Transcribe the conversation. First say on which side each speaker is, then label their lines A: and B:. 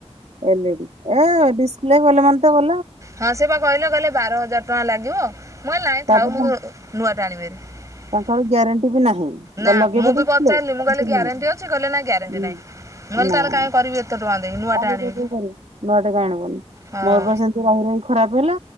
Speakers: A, on the right; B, on the right.
A: ଏଲିଡି ଏ ଡିସପ୍ଲେ ଗଲେ ମାନେ ତ ଗ
B: ହଁ ସେ ପା କହିଲ କହିଲେ ବାର ହଜାର ଟଙ୍କା ଲାଗିବ। ମୁଁ କହିଲି ନାଇଁ
A: ତାପରେ
B: ଥାଉ ମୁଁ
A: ତା
B: ନୂଆ ଟେ ଆଣିବି ହାରି।
A: ତାଙ୍କର ଗ୍ୟାରେଣ୍ଟି ବି ନାହିଁ
B: ନା
A: ବା ଲଗେଇବ
B: ମୁଁ
A: ଡିସପ୍ଲେ
B: ବି ପଚାରିଲି ମୁଁ କହିଲି ଗ୍ୟାରେଣ୍ଟି
A: ନାହିଁ
B: ଅଛି। କହିଲେ ନା ଗ୍ୟାରେଣ୍ଟି
A: ହୁଁ,
B: ନାହିଁ। ମୁଁ କହିଲି
A: ନା
B: ତାହାଲେ କାଇଁ କରିବି ଏତେ ଟଙ୍କା
A: <unintelligible>
B: ଦେଇକି ନୂଆଟା
A: କରିବୁ
B: ଆଣିବି
A: ନୂଆ ଟେ କାଇଁ ଆଣିବୁନି।
B: ହଁ
A: ମୋର ପା ସେମିତି ରହି ରହି ଖରାପ ହେଲା